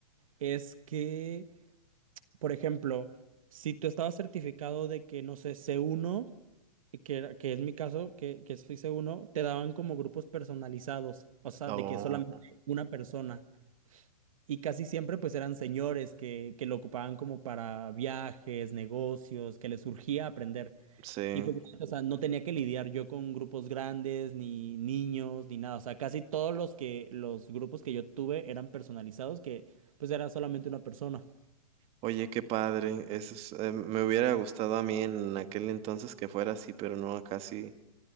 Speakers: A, on the right; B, on the right.
A: es que Por ejemplo, si tú estabas certificado de que, no sé, c uno eh, que, era- que es mi caso, que, que soy c uno te daban como grupos personalizados, o sea,
B: oh,
A: de que solamente una persona. Y casi siempre pues eran señores que, que lo ocupaban como para viajes, negocios, que les surgía aprender.
B: sí,
A: Y pues, o sea, no tenía que lidiar yo con grupos grandes, ni niños, ni nada. O sea, casi todos los que, los grupos que yo tuve eran personalizados, que pues era solamente una persona.
B: oye, qué padre, eso es, eh, me hubiera gustado a mí en aquel entonces que fuera así, pero no, casi